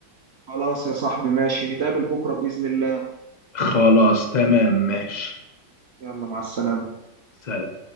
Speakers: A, on the right; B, on the left.
A: خلاص يا صاحبي ماشي نتقابل بكرة بإذن الله
B: خلاص تمام ماشي
A: يلا مع السلامة
B: سلام